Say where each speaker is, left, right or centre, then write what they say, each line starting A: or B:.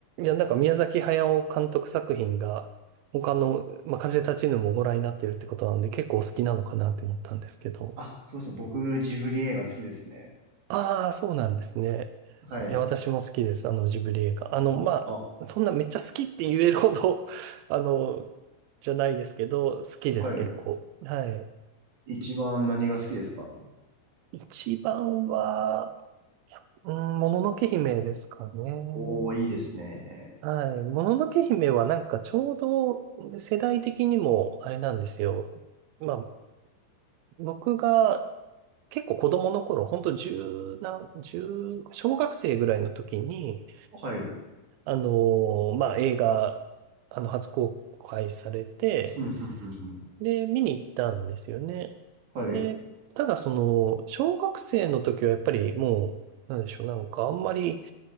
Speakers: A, on the right; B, on the right.
A: や、なんか宮崎駿監督作品が、他の、まあ、風立ちぬもご覧になってるってことなので、結構お好きなのかなって思ったんですけど。
B: あ、そうですね。僕、ジブリ映画好きですね。
A: ああ、そうなんですね。
B: はい。
A: いや、私も好きです、あのジブリ映画。あの、まあ、
B: あ、は
A: そんなめっちゃ好きって言えるほど <laughs>、あの、じゃないですけど、好きです、
B: い。
A: 結構。はい。
B: 一番何が好きですか
A: 一番は、うん、もののけ姫ですかね。
B: おー、いいですね。
A: はい。もののけ姫はなんかちょうど世代的にもあれなんですよ。まあ、僕が結構子供の頃、ほんと十何、十、小学生ぐらいの時に、
B: はい。
A: あのーまあ映画、あの、初公開されて、
B: ふんふんふんふん
A: で、見に行ったんですよね。
B: はい。
A: で、
B: う
A: ただその、小学生の時はやっぱりもう、なんでしょう、なんかあんまり、